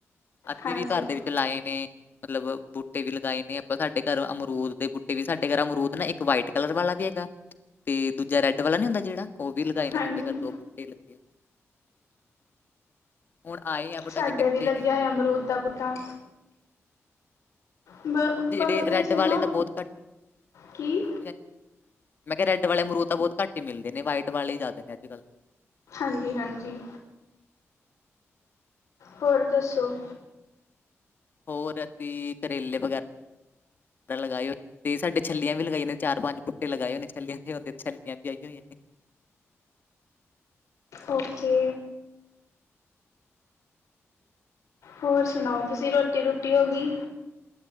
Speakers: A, on the left; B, on the left.
A: ਅਸੀ
B: ਹਾਂਜੀ
A: ਵੀ ਘਰ ਦੇ ਵਿੱਚ ਲਾਏ ਨੇ ਮਤਲਬ ਬੂਟੇ ਵੀ ਲਗਾਏ ਨੇ ਆਪਾਂ ਸਾਡੇ ਘਰ ਅਮਰੂਦ ਦੇ ਬੂਟੇ ਵੀ ਸਾਡੇ ਘਰ ਅਮਰੂਦ ਨਾ ਇੱਕ ਵਾਈਟ ਕਲਰ ਵਾਲਾ ਵੀ ਹੈਗਾ ਤੇ ਦੂਜਾ ਰੈੱਡ ਵਾਲਾ ਨੀ ਹੁੰਦਾ ਜੇੜਾ ਉਹ ਵੀ ਲਗਾਏ ਨੇ
B: ਹਾਂਜੀ
A: ਸਾਡੇ ਘਰ ਦੋ ਬੂਟੇ ਲੱਗੇਏ ਹੁਣ ਆਏ ਆ ਬਟ
B: ਸਾਡੇ
A: ਅਜੇ ਕੱਚੇ
B: ਵੀ ਲੱਗਿਆ
A: ਨੇ
B: ਹੋਇਆ ਅਮਰੂਦ ਦਾ ਬੂਟਾ ਬ
A: ਜਿਹੜੇ
B: ਪਰ ਉਹਦੇ
A: ਰੈੱਡ
B: 'ਚ
A: ਵਾਲੇ
B: ਨਾ
A: ਤਾਂ ਬੋਹਤ ਕੱਟ <unintelligible>
B: ਕੀ
A: ਹਾਂਜੀ ਹਾਂਜੀ ਮੈਂ ਕੇਆ ਰੈਡ ਵਾਲੇ ਮਰੂ ਦ ਤਾਂ ਬੋਤ ਘੱਟ ਈ ਮਿਲਦੇ ਨੇ ਵਾਈਟ ਵਾਲੇ ਹੀ ਜਾਂਦੇ ਨੇ ਅੱਜ ਕੱਲ੍ਹ।
B: ਹਾਂਜੀ, ਹਾਂਜੀ ਹੋਰ ਦੱਸੋ
A: ਹੋਰ ਅਸੀਂ ਕਰੇਲੇ ਵਗੈਰਾ <unintelligible> ਵਗੈਰਾ ਲਗਾਏ ਹੋ ਤੇ ਸਾਡੇ ਛੱਲੀਆਂ ਵੀ ਲਗਾਈਆਂ ਨੇ ਚਾਰ ਪੰਜ ਬੂਟੇ ਲਗਾਏ ਹੋਏ ਨੇ ਛੱਲੀਆਂ ਦੇ ਹਦੇ ਛੱਲੀਆਂ ਵੀ ਆਈਆਂ ਹੋਈਆਂ ਨੇ।
B: ਓਕੇ ਹੋਰ ਸੁਣਾਓ ਤੁਸੀਂ ਰੋਟੀ ਰੋਟੀ ਹੋ ਗੀ